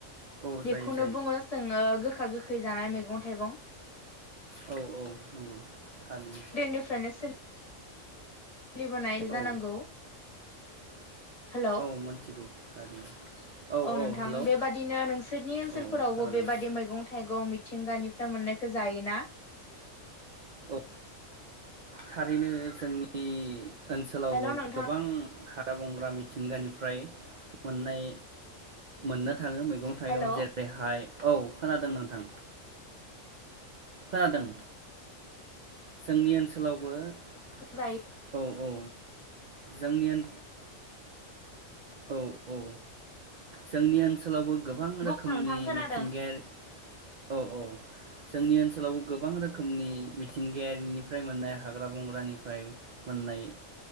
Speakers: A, on the right; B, on the left.
A: औ
B: बेखौनो
A: जायो जायो
B: बुङो जोङो गोखा गोखै गोखै जानाय मैगं थाइगं
A: औ औ थारैनो
B: उनदैनिफ्रायनो सोलि- सोलिबोनाय
A: औ
B: जानांगौ हेलौ
A: औ मोनथिगौ थारैनो
B: औ नोंथां
A: हेलौ
B: बेबादिनो नोंसोरनि ओनसोलफोरावबो
A: औ खोनादों
B: बेबादि मैगं थाइगं मिथिंगानिफ्राय मोननायखौ जायोना
A: औ थारैनो जोंनि ओनसोलावबो
B: हेलौ नोंथां
A: गोबां हा हाग्रा बंग्रा मिथिंगानिफ्राय मोननाय मोननो थाङो मैगं थाइगं
B: हेलौ
A: जेरैहाय औ खोनादों नोंथां खोनादों जोंनि ओनसो ओनसोलावबो
B: जायो
A: औ औ जोंनि ओन औ औ जोंनि ओनसोलावबो गोबां रोखोमनि
B: बुं नोंथां खोनादों
A: मिथिंगायारि औ औ जोंनि ओनसोलावबो गोबां रोखोमनि मिथिंगायारिनिफ्राय मोननाय हाग्रा बंग्रानिफ्राय मोननाय